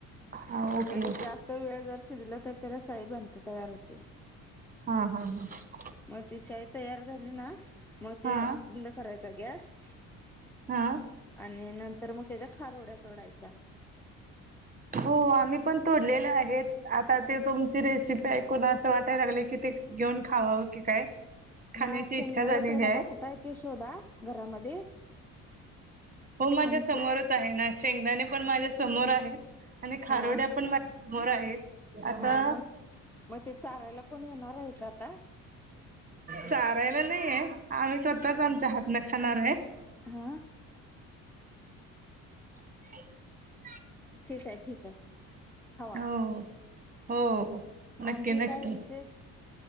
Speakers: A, on the right (about 25°); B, in the centre.
A: हा ओके
B: म्हणजे
A: ओके
B: जास्त वेळ जर शिजलं, तर त्याला शाईद बनते तयार होते‌.
A: हा हा हा.
B: मग ती शाई तयार झाली ना मग ते
A: हा
B: बंद करायचा गॅस.
A: हा
B: आणि नंतर मग त्याच्यात खारोड्या जोडायच्या.
A: हो आम्ही पण तोडलेले आहेत. आता ते तुमची रेसिपी ऐकून असं वाटायला लागले की ते घेऊन खावावं की काय.
B: हा
A: खाण्याची
B: शेंगदाण्याचा
A: इच्छा झालेली
B: डबा कुठे आहे ते शोधा घरामध्ये.
A: हो माझ्या
B: आणि शे-
A: समोर. च आहे ना शेंगदाणे पण माझ्या समोर आहेत आणि खारोड्या
B: हा
A: पण माझ्या समोर आहेत आता
B: हा मग मग ते चारायला कोण येणार आहे का आता?
A: चारायला नाहीये आम्ही स्वतःच आमच्या हात नं खाणार आहे.
B: ह
A: <unintelligible>
B: ठीक आहे ठीक आहे.
A: हो
B: खावा
A: हो हो. नक्की
B: आणखी
A: नक्की
B: काय विशेष?